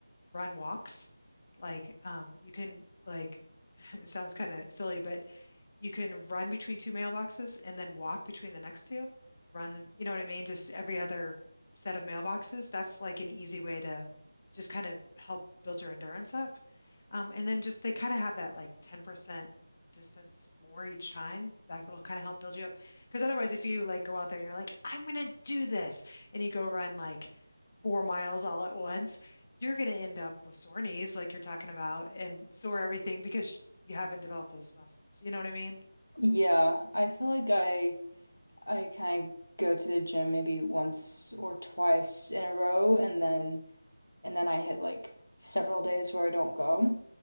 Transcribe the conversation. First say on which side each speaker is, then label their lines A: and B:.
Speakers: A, on the left (about 30°); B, on the left (about 75°).
A: run walks. Like um, you can like <laughs> it sounds kind of silly, but you can run between two mailboxes and then walk between the next two, run them, you know what I mean? Just every other set of mailboxes. That's like an easy way to just kind of help build your endurance up. Um, and then just they kind of have that like 10% distance more each time. That will kind of help build you up. Because otherwise, if you like go out there and you're like, I'm gonna do this, and you go run like four miles all at once, you're gonna end up with sore knees, like you're talking about, and sore everything because you haven't developed those muscles. You know what I mean?
B: yeah, I feel like I I kind of go to the gym maybe once or twice in a row, and then. and then I hit like several days where I don't go.